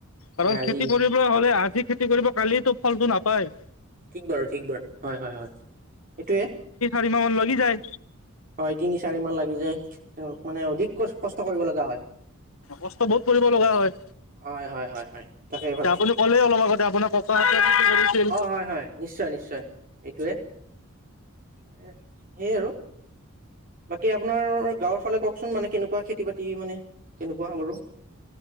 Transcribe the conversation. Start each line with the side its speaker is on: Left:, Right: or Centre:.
Right: মানে
Left: কাৰণ
Right: আজি
Left: খেতি কৰিবলৈ হ'লে আজি খেতি। খেতি কৰিব কালি ফলটো নাপায়।
Right: ঠিক বাৰু ঠিক বাৰু হয়- হয় -হয় সেইটোৱে।
Left: কেইমা মান লাগি যায়
Right: হয় তিনি চাৰি মান লাগি যায় তেওঁলোক মানে অধিক কষ্ট কৰিব লগা হয়
Left: কষ্ট বহুত কৰিব লগা হয়
Right: অ হয় হয় হয় তাকেই
Left: এতিয়া
Right: ভাবিছো
Left: আপুনি ক'লেই অলপ আগতে আপোনাৰ ককাহঁতে খেতি কৰিছিল
Right: অ হয় হয় নিশ্চয় নিশ্চয় এইটোৱে <unintelligible> সেয়ে আৰু বাকী আপোনাৰ গাঁৱৰ ফালে কওকচোন মানে কেনেকুৱা খেতি বাতি মানে কেনেকুৱা বাৰু।